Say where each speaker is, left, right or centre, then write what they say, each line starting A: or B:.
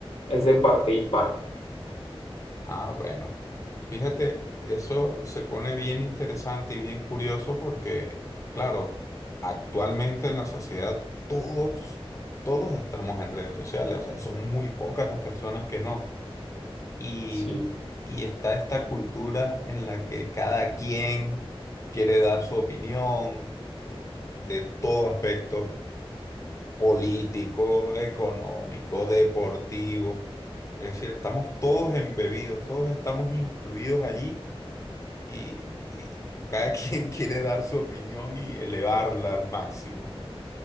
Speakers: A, on the left (about 70°); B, on the left (about 30°).
A: es de parte y parte.
B: Ah, bueno. Fíjate, eso se pone bien interesante y bien curioso porque, claro, actualmente en la sociedad todos, todos estamos en redes sociales, o sea, son muy pocas las personas que no. Y,
A: Sí.
B: y está esta cultura en la que cada quien quiere dar su opinión de todo aspecto político, económico, deportivo. Es decir, estamos todos embebidos, todos estamos incluidos allí y, y cada quien <laughs> quiere dar su opinión y elevarla al máximo.